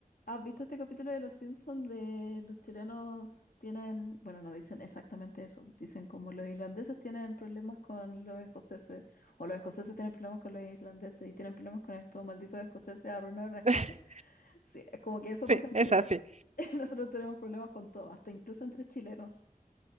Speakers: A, on the left; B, on the right.
A: ¿has visto este capítulo de Los Simpsons de los chilenos tienen, bueno, no dicen exactamente eso, dicen como los irlandeses tienen problemas con los escoceses, o los escoceses tienen problemas con los irlandeses y tienen problemas con estos malditos escoceses arruinaron a Escocia?
B: <laughs>
A: Sí, es como que eso
B: Sí,
A: pasa en
B: es
A: Chile.
B: así.
A: <laughs> Nosotros tenemos problemas con todo, hasta incluso entre chilenos.